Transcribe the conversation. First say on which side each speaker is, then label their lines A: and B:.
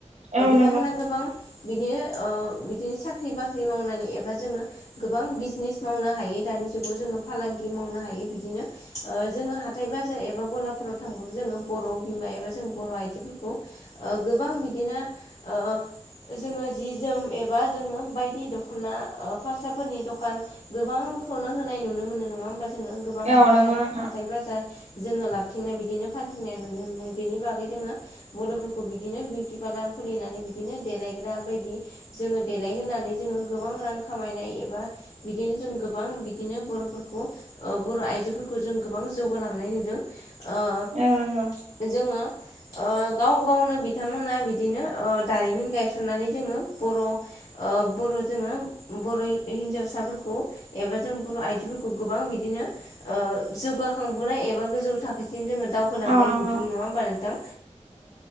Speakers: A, on the right (about 70°); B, on the left (about 55°).
A: औ नों
B: बिथांमोना गोबां बिदि ओ बिदिनो साख्रि बाख्रि मावनानै एबा जोङो गोबां बिजनेस मावनो हायो दानि जुगाव जोङो फालांगि मावनो हायो बिदिनो ओ जोङो हाथाय बाजार एबा गलाफोराव थांबो जोङो बर' बिमा एबा जों बर' आइजोफोरखौ ओ गोबां बिदिनो ओ जोङो जि जोम एबा जोङो बायदि दख'ना ओ फारसाफोरनि दखान गोबां खौनो होनाय नुनो मोनो नङा होमबा जोङो गोबां हाइ-हाथाय
A: औ नंगौ नोंथां
B: बाजार जोङो लाबथिंनाय बिदिनो फानथिंनाय नुनो मोनो बेनि बागै जोङो बर'फोरखौ बिदिनो बिउटि पार्लार खुलिनानै बिदिनो देलायग्रा बायदि जोङो देलायहोनानै जोङो गोबां रां खामायनाय एबा बिदिनो जों गोबां बिदिनो बर'फोरखौ ओ बर' आइजोफोरखौ जों गोबां जौगालांनाय नुदों ओ
A: औ नंगौ
B: जोङो ओ गाव गावनो बिथांमोना बिदिनो ओ दारिमिन गायसननानै जोङो बर' ओ बर' जोङो बर' हिनजावसाफोरखौ एबा जों बर' आइजोफोरखौ गोबां बिदिनो ओ जौगाखांबोनाय एबा बा गोजौ थाखोसिम जोङो दावखोलांनाय
A: औ नंगौ
B: नुदों नङा होमबा नोंथां?